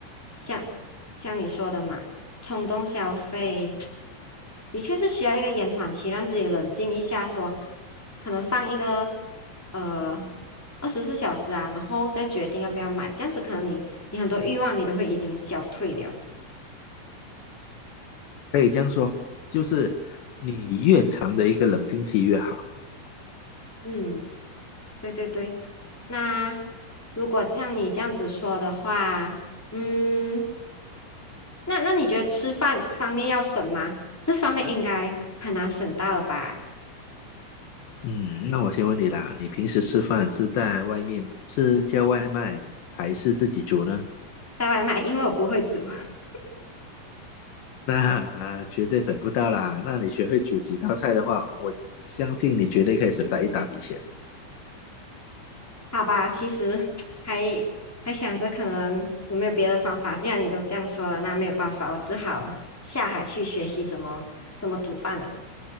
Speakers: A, in the centre; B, on the left (about 70°).
A: 像像你说的嘛，冲动消费 <tsk> 的确是需要一个延缓期，让自己冷静一下说可能放一个呃二十四小时啊，然后再决定要不要买，这样子可能你你很多欲望你都会已经消退了。
B: 可以这样说，就是你越长的一个冷静期越好。
A: 嗯，对对对。那如果像你这样子说的话，嗯，那那你觉得吃饭方面要省吗？这方面应该很难省到了吧？
B: 嗯，那我先问你啦，你平时吃饭是在外面吃叫外卖，还是自己煮呢？
A: 带外卖，因为我不会煮。<laughs>
B: <laughs> 那绝对省不到啦。那你学会煮几道菜的话，我相信你绝对可以省到一大笔钱。
A: 好吧，其实还还想着可能有没有别的方法。既然你都这样说了，那没有办法，我只好下海去学习怎么怎么煮饭了。